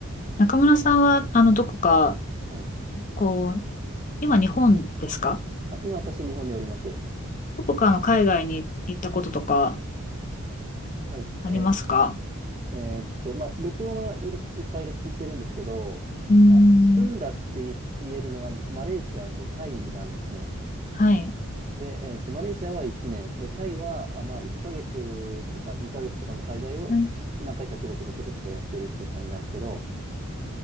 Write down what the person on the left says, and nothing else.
中村さんは、あの、どこか、
こう、今日本ですか
どこかの海外に行ったこととか
ありますか
うん。
はい。
うん